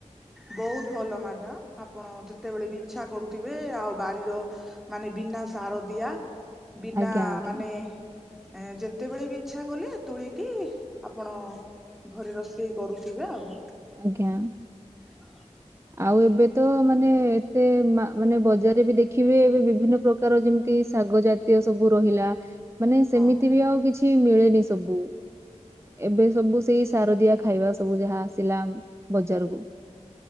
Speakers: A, in the centre; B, on the right (about 20°).
A: ବହୁତ ଭଲ ମାଡାମ ଆପଣ ଯେତେବେଳେ ବି ଇଚ୍ଛା କରୁଥିବେ ଆଉ ବାରିର ମାନେ ବିନା ସାରଦିଆ ବିନା
B: ଆଜ୍ଞା ଆଜ୍ଞା।
A: ମାନେ ଏଁ ଯେତେବେଳେ ବି ଇଚ୍ଛା କଲେ ତୋଳିକି ଆପଣ ଘରେ ରୋଷେଇ କରୁଥିବେ ଆଉ।
B: ଆଜ୍ଞା।
A: ହଁ।
B: ଆଉ ଏବେ ତ ମାନେ ଏତେ ମାନେ ବଜାରରେ ବି ଦେଖିବେ ଏବେ ବିଭିନ୍ନ ପ୍ରକାର ଯେମିତି ଶାଗ ଜାତୀୟ ସବୁ ରହିଲା ମାନେ ସେମିତି
A: ହଁ।
B: ବି ଆଉ କିଛି ମିଳେନି ସବୁ। ଏବେ ସବୁ ସେଇ ସାରଦିଆ ଖାଇବା ସବୁ ଯାହା ଆସିଲା ବଜାରକୁ।